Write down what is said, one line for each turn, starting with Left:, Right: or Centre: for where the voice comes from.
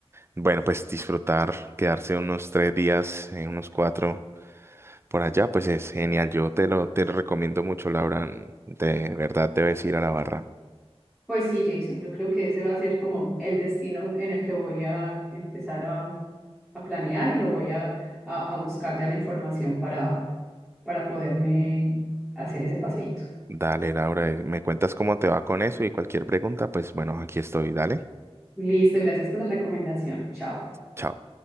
Right: bueno, pues disfrutar, quedarse unos tres días, eh, unos cuatro por allá, pues es genial. Yo te lo, te lo recomiendo mucho, Laura. De verdad debes ir a la barra.
Centre: Pues sí, Jason, yo creo que ese va a ser como el destino en el que voy a empezar a, a planear y lo voy a, a, a buscar ya la información para, para poderme hacer ese paseíto.
Right: Dale, Laura, eh, me cuentas cómo te va con eso y cualquier pregunta, pues bueno, aquí estoy, dale.
Centre: Listo, gracias por la recomendación. Chao.
Right: Chao.